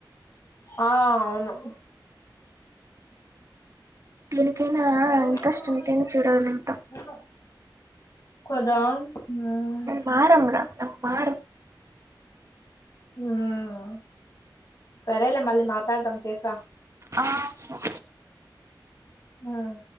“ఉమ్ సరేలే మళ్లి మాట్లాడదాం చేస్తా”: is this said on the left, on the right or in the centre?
Left